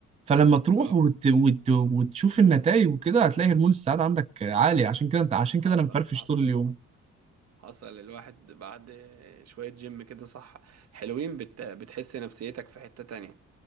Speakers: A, on the right; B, on the right.
A: فلما تروح
B: اه
A: وت... وت... وتشوف النتائج وكده هتلاقي هرمون السعادة عندك عالي عشان كده انت عشان
B: حصل
A: كده انا مفرفش
B: حصل
A: طول اليوم
B: حصل حصل الواحد بعد شوية جيم كده صح حلوين بت... بتحس نفسيتك في حتة تانية